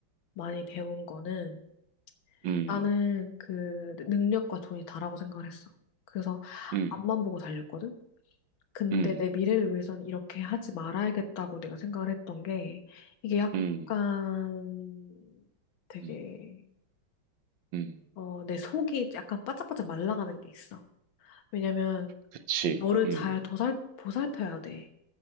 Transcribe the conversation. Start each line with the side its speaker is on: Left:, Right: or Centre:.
Left: 많이 배운 거는
Right: 음.
Left: 나는 그 능력과 돈이 다라고 생각을 했어. 그래서
Right: 음.
Left: 앞만 보고 달렸거든? 근데
Right: 음.
Left: 내 미래를 위해서는 이렇게 하지 말아야겠다고 내가 생각을 했던 게 이게 약간
Right: 음.
Left: 되게
Right: 음. 음.
Left: 어, 내 속이 약간 바짝바짝 말라가는 게 있어. 왜냐면
Right: 그치.
Left: 너를
Right: 음.
Left: 잘 도살, 보살펴야 돼.